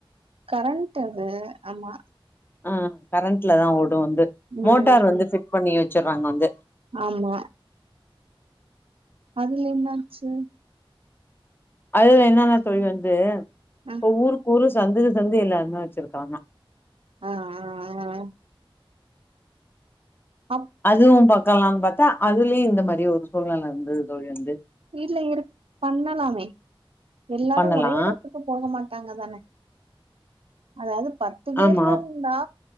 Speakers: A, on the right; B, on the left.
A: கரண்ட் அது ஆமா
B: ஆ கரண்ட்லதா‌ ஓடு வந்து
A: ம்.
B: மோட்டார் வந்து ஃபிட் பண்ணி வெச்சிற்றாங்க வந்து
A: ஆமா அதுல என்ன ஆச்சு
B: அதுல என்னனா தோழி வந்து இப்போ
A: அ,
B: ஊருக்கு ஊரு சந்துக்கு சந்து எல்லாருமே வெச்சிருக்காங்க
A: ஆ ஆ ஆ‌ ஆ அப்
B: அதுவு பாக்கலான் பாத்தா அதுலியு இந்த மாரி ஒரு சூழ்நில வந்துது தோழி வந்து
A: இல்ல இரு பண்ணலாமே எல்லாரு
B: பண்ணலா
A: ஒரே எடத்து ட்டு போக மாட்டாங்க தான அதாவுது பத்து பேர்ல
B: ஆமா
A: இருந்தா